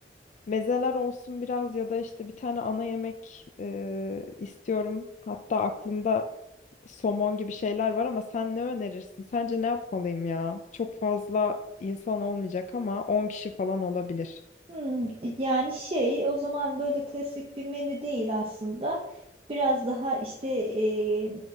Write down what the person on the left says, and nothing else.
mezeler olsun biraz ya da işte bir tane ana yemek e, istiyorum. Hatta aklımda somon gibi şeyler var ama sen ne önerirsin? Sence ne yapmalıyım ya? Çok fazla insan olmayacak ama 10 kişi falan olabilir.